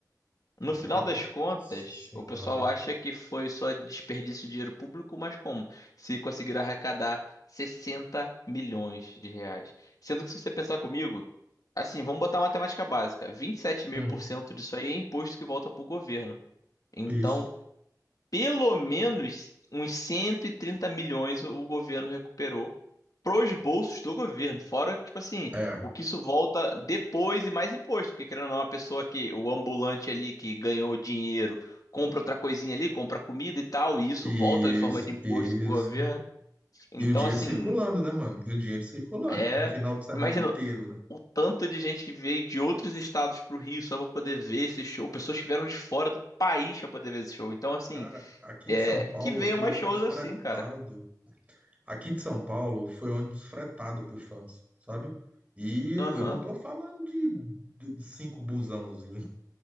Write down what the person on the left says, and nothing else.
No
final das contas,
o pessoal acha que foi só desperdício de dinheiro público, mas como? Se conseguiram arrecadar 60 milhões de reais. Sendo que se você pensar comigo, Assim, vamos botar uma matemática básica. vinte e sete vírgula
cinco por cento disso aí é imposto que volta pro governo. Então,
pelo menos uns 130 milhões o o governo recuperou pros bolsos do governo. Fora, tipo assim,
o que isso volta depois e mais imposto. Porque, querendo ou não, a pessoa que, o ambulante ali que ganhou dinheiro, compra outra coisinha ali, compra comida e tal, e isso
volta em forma de imposto
pro governo. Então,
assim,
é,
imagina
o tanto de gente que veio de outros estados pro Rio só pra poder ver esse show. Pessoas que vieram de fora do país pra poder ver esse show. Então, assim,
é,
que venham
mais
shows
assim, cara.
Aham,